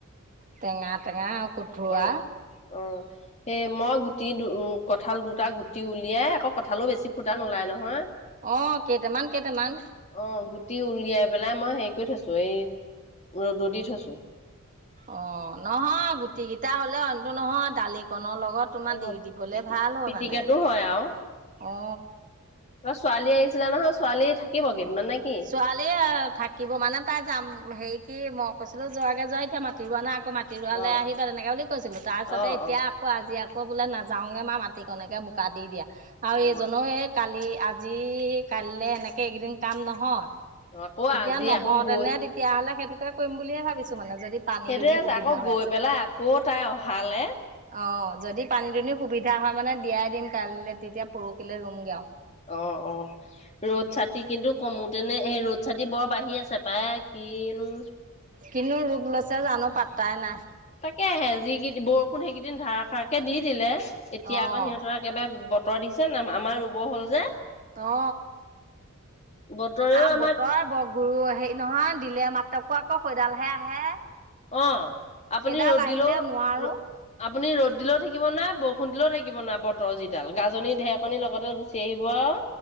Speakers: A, on the right; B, on the left.
A: টেঙা - টেঙা। কঠোৰা
B: উম- উম। এ মই গুটি উম, কঠাল দুটা গুটি উলিয়াই আকৌ কঠালও বেছি ফুটা নোলায় নহয়।
A: অ, কেইটামান - কেইটামান।
B: অ গুটি উলিয়াই পেলাই মই হেৰি কৰি থৈছো এই ৰ'দ দি থৈছো।
A: অ, নহয় গুটি কেইটা হলে অন্ত নহয় দালিকন ন লগত তোমাৰ
B: অ
A: দি দিবলে
B: পিটি
A: ভাল হয়
B: পিটিকাটো
A: মানে
B: হয় আৰু
A: অ,
B: তোমাৰ ছোৱালী আহিছিলে নহয় ছোৱালী থাকিব। কেইদিনমান নে কি
A: ছোৱালীয়ে থাকিব মানে তাই যাম হেৰি কি মই কৈছিলো যোৱাকে যোৱা এতিয়া মাটি ৰোৱানা আকৌ মাটি ৰৱালৈ
B: অ
A: আহিবা তেনেকে বুলি কৈছিলো তাৰপিছতে
B: অ
A: এতিয়া
B: অ
A: আকৌ আজি আকৌ আকৌ বোলে নাযাওগে মা মাটিকণকে বোকা দি দিয়া আৰু
B: অ
A: এইজনো এই কালি আজি কাইলৈ এনেকে এইকেইদিন কাম নহয়।
B: অ আকৌ
A: তেতিয়া
B: আজি
A: নহও
B: আকৌ গৈ
A: তেনে তেতিয়াহ'লে সেইটোকে কৰিম বুলিয়ে ভাবিছো মানে। যদি পানী
B: সেইটোৱে
A: দুনি
B: আছে
A: সুবিধা
B: আকৌ
A: হৈ
B: গৈ পেলাই আকৌ তাই অহালে
A: অ, যদি পানী দুনি সুবিধা হয় মানে দিয়াই দিম কাইলৈ তেতিয়া পৰহিলৈ ৰুমগে অ,
B: অ - অ ৰ'দ চাতি কিন্তু কমোতো নে এ ৰ'দ চাতি বৰ বাঢ়ি আছে পায় কিনো।
A: কিনি ৰূপ লৈছে জানো পাতাই নাই।
B: থাকে আহে যি কেই বৰষুণ সেইকেইদিন ধাৰ খাৰ কে দি দিলে এতিয়া
A: অঁ
B: আক সিহতৰ একেবাৰে বতৰ বতৰ দিছে না আমাৰ ৰুব হ'ল যে
A: ত
B: বতৰেও
A: আৰু
B: আমাক
A: বতৰে বগ গৰু হেৰি নহয় দিলে মাত্ৰকো আকৌ খৈডালহে আহে।
B: অ, আপুনি
A: সেইডাল
B: ৰ'দ
A: আহিলে
B: দিলেও
A: নোৱাৰো।
B: ৰদ আপুনি ৰ'দ দিলেও থাকিব নাই বৰষুণ দিলেও থাকিব নাই বতৰ যিটো জাল গাজননি ঢেৰকনিৰ লগতে গুচি আহিব। আৰু।